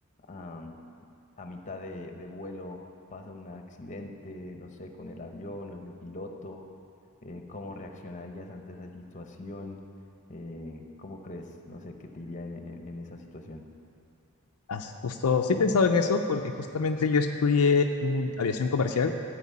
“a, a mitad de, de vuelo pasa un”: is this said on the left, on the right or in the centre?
Left